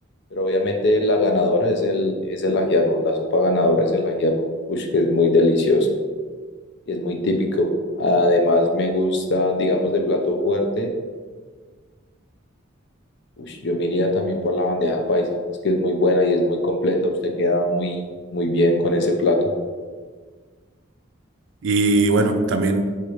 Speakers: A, on the left; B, on the right.
A: pero obviamente la ganadora es el, es el ajiaco. La sopa ganadora es el ajiaco. Ush, que es muy delicioso y es muy típico. Además, me gusta, digamos, de plato fuerte. Ush, yo me iría también por la bandeja paisa. Es que es muy buena y es muy completa. Usted queda muy, muy bien con ese plato.
B: Y bueno, también,